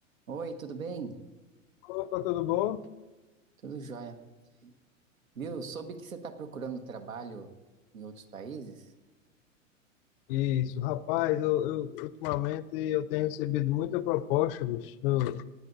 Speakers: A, on the right; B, on the left.
A: Oi, tudo bem?
B: Opa, tudo bom?
A: Tudo jóia. Viu? Soube que você está procurando trabalho em outros países?
B: Isso, rapaz, eu, eu- ultimamente eu tenho recebido muita proposta, bicho, do-